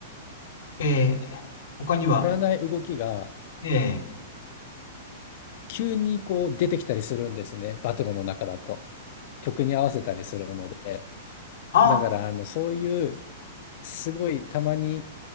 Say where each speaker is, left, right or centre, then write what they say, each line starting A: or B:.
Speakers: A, on the left; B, on the left.
A: えー、他には、
B: う、やらない動きが
A: えー、
B: 急にこう出てきたりするんですね。バトルの中だと。曲に合わせたりするので。
A: あ、
B: だから、あの、そういう、すごいたまに